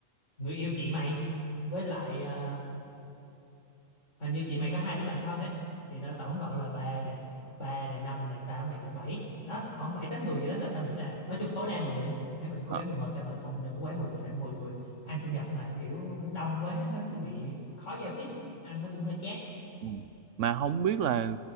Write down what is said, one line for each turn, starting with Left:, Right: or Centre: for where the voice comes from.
Left: người yêu chị mày với lại ờ, hình như chị mày có hai đứa bạn thân đấy thì đó tổng cộng là ba nè ba nè năm nè tao mày nữa bảy đó khoảng bảy tám người vậy đó là tao nghĩ là nói chung tối đa 10 người đi ấy mình cố
Right: Ờ.
Left: gắng mình mời sao mà không đừng có quá 10 người tại 10 người ăn sinh nhật mà kiểu đông quá nó sẽ bị khó giao tiếp ăn nó cũng hơi chán
Right: Ừ. mà không biết là